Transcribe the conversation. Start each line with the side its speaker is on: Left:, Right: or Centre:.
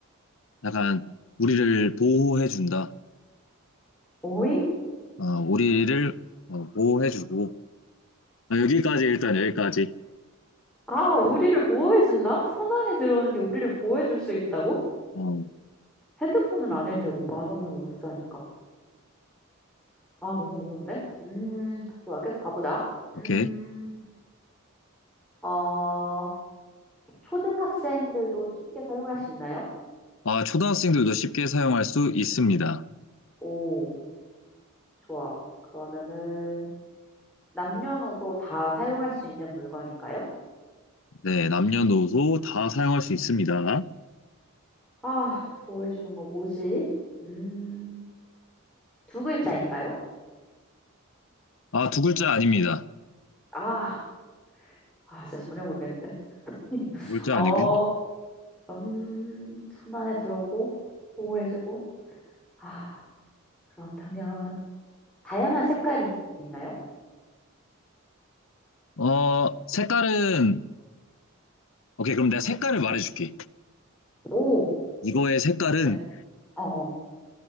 Left: 약간 우리를 보호해 준다.
Centre: 오잉?
Left: 어, 우리를 보호해 주고 여기까지 일단 여기까지.
Centre: 아, 우리를 보호해준다? 손 안에 들어오는 게 우리를 보호해줄 수 있다고?
Left: 어,
Centre: 핸드폰은 아닐 테고, 만 원으로 못 사니까. 아, 너무 어려운데? 음, 좋아, 계속 가보자. 음,
Left: 오케이.
Centre: 어, 초등학생들도 쉽게 사용할 수 있나요?
Left: 아, 초등학생들도 쉽게 사용할 수 있습니다.
Centre: 오. 좋아. 그러면은 남녀노소 다 사용할 수 있는 물건인가요?
Left: 네, 남녀노소 다 사용할 수 있습니다.
Centre: 아, 보호해주는 거 뭐지? 음, 두 글자인가요?
Left: 아, 두 글자 아닙니다.
Centre: 아, 아, 진짜 전혀 모르겠는데. <laughs>
Left: 두 글자
Centre: 어,
Left: 아니고.
Centre: 음, 손 안에 들어오고, 보호해주고. 아, 그렇다면, 다양한 색깔이 있나요?
Left: 어, 색깔은, 오케이, 그럼 내가 색깔을 말해줄게.
Centre: 오,
Left: 이거의 색깔은
Centre: 뭔데? 어어.